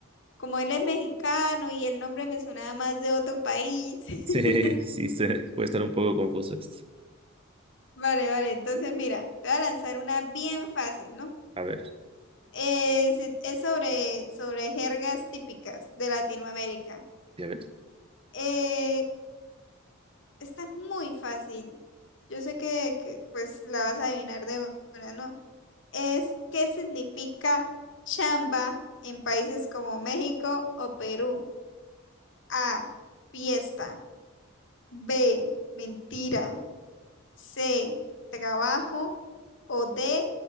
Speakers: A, on the left; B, on the right.
A: como él es mexicano y el nombre me sonaba más de otro país. <laughs>
B: Sí, sí, se puede estar un poco confuso esto.
A: Vale, vale, entonces mira, te voy a lanzar una bien fácil, ¿no?
B: A ver,
A: Es, es sobre, sobre jergas típicas de Latinoamérica.
B: a ver.
A: Eh, esta es muy fácil. Yo sé que, que, pues la vas a adivinar de una, ¿no? Es ¿qué significa chamba en países como México o Perú? A, fiesta. B, mentira. C, trabajo. O D,